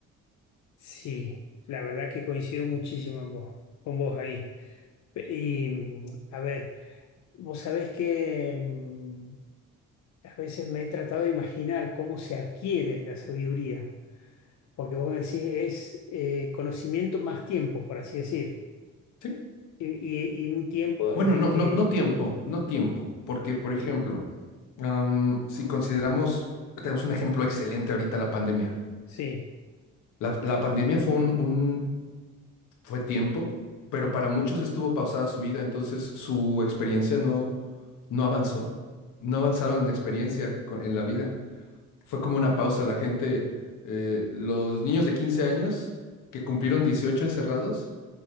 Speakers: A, on the left; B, on the left.
A: Sí, la verdad que coincido muchísimo en vos, con vos ahí. Pe- Y mm, a ver, vos sabés que mm, a veces me he tratado de imaginar cómo se adquiere la sabiduría. Porque vos decís, es eh, conocimiento más tiempo, por así decir.
B: ¿Sí?
A: Y, y- y un tiempo
B: Bueno,
A: en el
B: no,
A: que,
B: no, no tiempo, no tiempo, porque, por ejemplo, am, si consideramos, tenemos un ejemplo excelente ahorita, la pandemia.
A: sí,
B: La, la pandemia fue un, un fue tiempo, pero para muchos estuvo pausada su vida, entonces su experiencia no, no avanzó, no avanzaron en experiencia co- en la vida. Fue como una pausa, la gente, eh, los niños de 15 años que cumplieron 18 encerrados,